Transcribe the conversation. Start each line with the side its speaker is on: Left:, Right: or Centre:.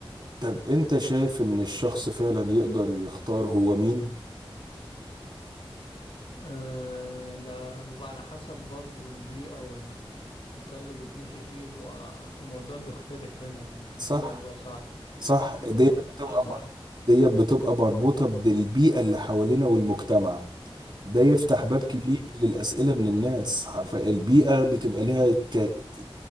Right: طب انت شايف ان الشخص فعلا يقدر يختار هو مين
Left: آه، ده بيبقى على حسب برضه البيئة والمكان اللي بيتنشئ فيه بيبقى الموضوع بيختلف هنا ممكن
Right: صح
Left: يكون موضوع صعب
Right: صح
Left: ممكن
Right: ديت
Left: يكون
Right: بتبقى
Left: موضوع سهل
Right: ديت بتبقى مربوطة بالبيئة اللي حوالينا والمجتمع ده يفتح باب
Left: ايوه
Right: كبير للأسئلة من الناس حرفيا البيئة بتبقى ليها ت- ت-